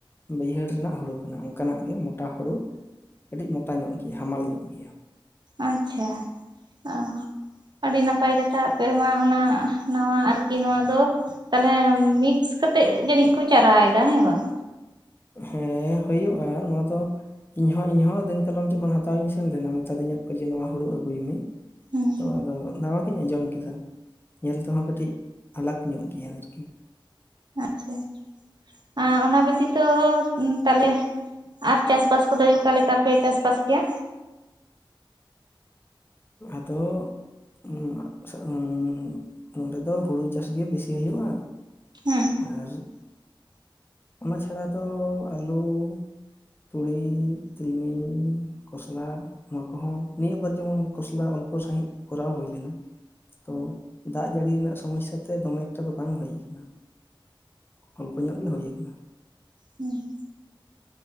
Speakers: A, on the left; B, on the right.
A: ᱵᱟᱹᱭᱦᱟᱹᱲ ᱨᱮᱱᱟᱜ ᱦᱳᱲᱳ ᱠᱟᱱᱟ, ᱚᱱᱠᱟᱱᱟᱜ ᱜᱮ ᱢᱳᱴᱟ ᱦᱳᱲᱳ ᱠᱟᱹᱴᱤᱡ ᱢᱚᱴᱟ ᱧᱚᱜ ᱜᱮᱭᱟ ᱦᱟᱢᱟᱞ ᱧᱚᱜ ᱜᱮᱭᱼᱟ᱾
B: ᱟᱪᱪᱷᱟ, ᱚᱸ᱾ ᱟᱹᱰᱤ ᱱᱟᱯᱟᱭ ᱠᱟᱛᱷᱟ ᱟᱯᱮ ᱢᱟ ᱚᱱᱟ ᱱᱟᱣᱟ ᱟᱨᱠᱤ ᱱᱚᱣᱟ ᱫᱚ ᱛᱟᱦᱞᱮ ᱢᱤᱠᱥ ᱠᱟᱛᱮᱜ ᱡᱟᱹᱱᱤᱡ ᱠᱚ ᱪᱟᱨᱟᱭ ᱫᱟ ᱦᱮᱸ ᱵᱟᱝ?
A: ᱦᱮᱸ, ᱦᱩᱭᱩᱜᱼᱟ ᱱᱚᱣᱟ ᱫᱚ ᱤᱧᱦᱚᱸ ᱤᱧᱦᱚᱸ ᱫᱤᱱ ᱠᱟᱞᱚᱢ ᱡᱚᱠᱷᱚᱱ ᱦᱟᱛᱟᱣ ᱤᱧ ᱥᱮᱱ ᱞᱮᱱᱟ ᱢᱮᱛᱟ ᱫᱤᱧᱟᱹ ᱠᱚ ᱡᱮ ᱱᱚᱣᱟ ᱦᱩᱲᱩ ᱟᱹᱜᱩᱭ ᱢᱮ᱾
B: ᱦᱩᱸ
A: ᱛᱚ ᱟᱫᱚ ᱱᱟᱣᱟ ᱜᱤᱧ ᱟᱸᱡᱚᱢ ᱠᱮᱫᱟ ᱧᱮᱞ ᱛᱮᱦᱚᱸ ᱠᱟᱹᱴᱤᱡ ᱟᱞᱟᱠ ᱧᱚᱜ ᱜᱮᱭᱟ ᱟᱨᱠᱤ᱾
B: ᱟᱪᱪᱷᱟ, ᱟᱸ ᱚᱱᱟ ᱵᱤᱛᱤ ᱛᱚ ᱩᱸ ᱛᱟᱦᱞᱮ ᱟᱨ ᱪᱟᱥᱼᱵᱟᱥ ᱠᱚᱫᱚ ᱚᱠᱟ ᱞᱮᱠᱟ ᱯᱮ ᱪᱟᱥ ᱵᱟᱥ ᱜᱮᱭᱟ?
A: ᱟᱫᱚ ᱳᱸ ᱟᱪᱪᱷᱟ ᱳᱸ ᱟᱪᱪᱷᱟ ᱱᱚᱰᱮ ᱫᱚ ᱦᱩᱲᱩ ᱪᱟᱥ ᱜᱤ ᱵᱤᱥᱤ ᱦᱩᱭᱩᱜᱼᱟ᱾
B: ᱦᱮᱸ᱾
A: ᱟᱨ ᱚᱱᱟ ᱪᱷᱟᱲᱟ ᱫᱚ ᱟᱹᱞᱩ ᱛᱩᱲᱤ, ᱛᱤᱞᱢᱤᱧ, ᱠᱷᱚᱥᱞᱟ ᱱᱚᱣᱟ ᱠᱚᱦᱚᱸ ᱱᱤᱭᱟᱹ ᱵᱟᱨ ᱡᱮᱢᱚᱱ ᱠᱚᱥᱞᱟ ᱚᱞᱯᱳ ᱥᱟᱺᱦᱤ ᱠᱳᱨᱟᱣ ᱦᱩᱭ ᱞᱮᱱᱟ ᱛᱚ ᱫᱟᱜ ᱡᱟᱹᱲᱤ ᱨᱮᱱᱟᱜ ᱥᱚᱢᱚᱥᱟ ᱛᱮ ᱫᱚᱢᱮ ᱮᱠᱴᱟ ᱫᱚ ᱵᱟᱝ ᱦᱩᱭ ᱠᱟᱱᱟ᱾ ᱚᱞᱯᱚ ᱧᱚᱜ ᱜᱮ ᱦᱩᱭ ᱠᱟᱱᱟ᱾
B: ᱦᱩᱸ᱾